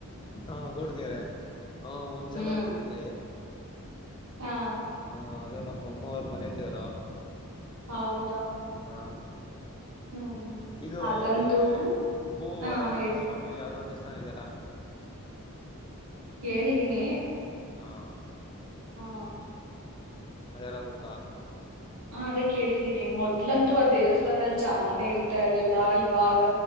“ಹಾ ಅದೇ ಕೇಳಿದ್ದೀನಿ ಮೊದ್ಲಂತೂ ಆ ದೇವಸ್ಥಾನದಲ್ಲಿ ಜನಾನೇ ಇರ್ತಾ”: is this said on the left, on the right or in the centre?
Right